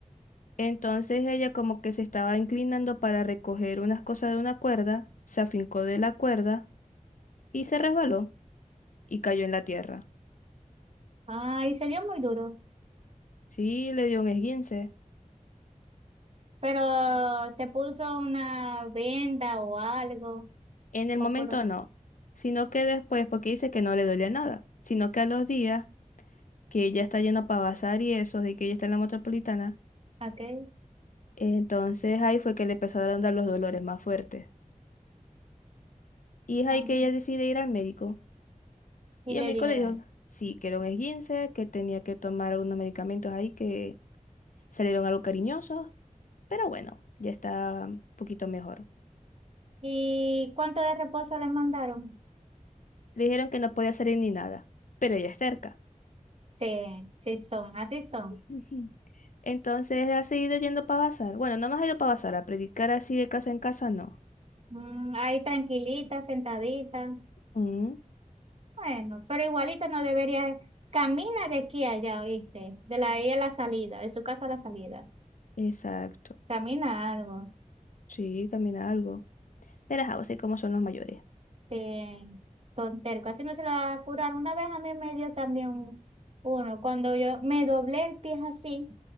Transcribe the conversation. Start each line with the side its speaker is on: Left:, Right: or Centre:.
Left: Entonces ella como que se estaba inclinando para recoger unas cosas de una cuerda, se afincó de la cuerda y se resbaló y cayó en la tierra.
Right: Ay, se dio muy duro.
Left: Sí, le dio un esguince.
Right: Pero se puso una venda o algo.
Left: En el
Right: O
Left: momento
Right: por...
Left: no, sino que después, porque dice que no le duele nada, sino que a los días que ella está yendo para bazar y eso, de que ella está en la metropolitana
Right: Ok.
Left: Entonces ahí fue que le empezaron a dar los dolores más fuertes. Y es ahí
Right: Ah,
Left: que ella decide ir al médico.
Right: y
Left: Y
Right: le
Left: el médico
Right: dijeron
Left: le dijo,
Right: eso.
Left: sí, que era un esguince, que tenía que tomar algunos medicamentos ahí que salieron algo cariñosos, pero bueno, ya está un poquito mejor.
Right: ¿Y cuánto de reposo le mandaron?
Left: Le dijeron que no podía salir ni nada, pero ella es terca.
Right: Sí, sí son. Así son.
Left: <laughs> Ujú. Entonces ha seguido yendo para bazar. Bueno, no más ha ido para bazar, a predicar así de casa en casa, no.
Right: Mm, ahí tranquilita, sentadita.
Left: Mm,
Right: Bueno, pero igualito no debería. Camina de aquí a allá, ¿oíste? De la ahí a la salida, de su casa a la salida.
Left: Exacto.
Right: Camina algo.
Left: Sí, camina algo. Pero ajá, vos sabés cómo son los mayores.
Right: Sí, son tercos. Así no se lo va a apurar. Una vez a mí me dio también un- uno. Cuando yo me doblé el pie así,